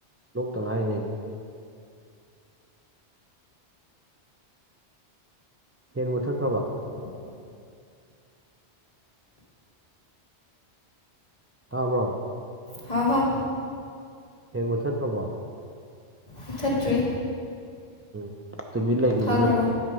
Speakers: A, on the right; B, on the left.
A: ꯂꯣꯛꯇ ꯉꯥꯏꯔꯤꯉꯩꯒꯤ ꯐꯦꯟ ꯃꯨꯊꯠ
B: ꯐꯦꯟ ꯃꯨꯊꯠꯈ꯭ꯔꯕ
A: ꯇꯥꯕ꯭ꯔꯣ
B: ꯍꯥꯎ ꯍꯥꯎ
A: ꯐꯦꯟ ꯃꯨꯊꯠꯈ꯭ꯔꯕꯣ
B: ꯃꯨꯊꯠꯇ꯭ꯔꯤ
A: ꯎꯝ ꯇꯨꯃꯤꯟ ꯂꯩꯈꯤꯕꯗꯨꯗ
B: ꯐꯈ꯭ꯔꯕꯣ